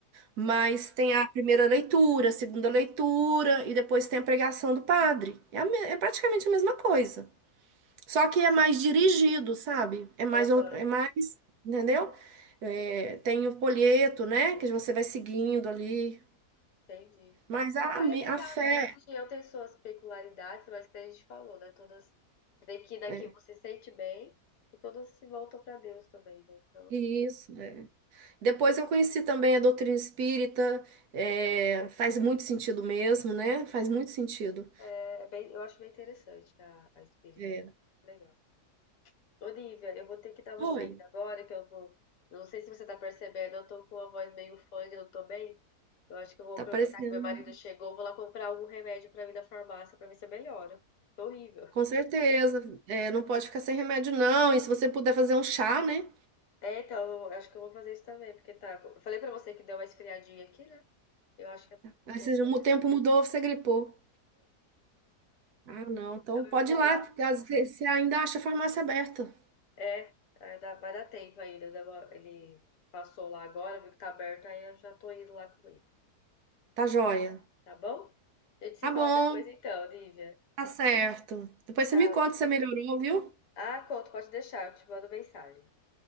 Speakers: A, on the right; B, on the left.
A: mas
B: Ah,
A: tem a primeira leitura, a segunda leitura, e depois tem a pregação do padre. É, a me- é praticamente a mesma coisa. Só que é mais dirigido, sabe? É mais,
B: Aham,
A: or- é mais, entendeu? É, tem o folheto, né? Que você vai seguindo ali.
B: entendi.
A: Mas a,
B: Ah,
A: mi-
B: é legal,
A: a fé.
B: né? Cada religião tem suas peculiaridades, mas que a gente falou, né? Todas. Você vê que daqui
A: É,
B: você sente bem e todas se voltam para Deus também, né? Então,
A: isso. Depois eu conheci também a doutrina espírita, é, faz muito sentido mesmo, né? Faz muito sentido.
B: é é bem, eu acho bem interessante a, a espírita.
A: É,
B: Legal. Olivia, eu vou ter que dar uma
A: foi,
B: saída agora, que eu tô. Não sei se você tá percebendo, eu tô com a voz meio funk, não tô bem. Eu acho que eu vou
A: tá
B: aproveitar
A: parecendo,
B: que meu marido
A: né?
B: chegou, vou lá comprar algum remédio pra mim na farmácia pra ver se eu melhoro. Tô horrível.
A: Com certeza, é, não pode ficar sem remédio, não. E se você puder fazer um chá, né?
B: É, então, eu acho que eu vou fazer isso também, porque tá. Eu falei pra você que deu uma esfriadinha aqui, né? Eu acho que é por isso
A: Aí
B: que
A: se
B: eu não tô
A: o
B: bem.
A: tempo mudou, você gripou. Ah, não, então
B: Então
A: pode
B: eu vou
A: ir lá,
B: lá.
A: porque às vezes você ainda acha a farmácia aberta.
B: É, é, dá- vai dar tempo ainda. deu uma- Ele passou lá agora, viu que tá aberto, aí eu já tô indo lá com ele.
A: Tá joia.
B: Tá bom? A gente se
A: Tá
B: fala
A: bom,
B: depois então, Lívia.
A: tá certo. Depois
B: Tchau.
A: você me conta se você melhorou, viu?
B: Ah, Couto, pode deixar, eu te mando mensagem.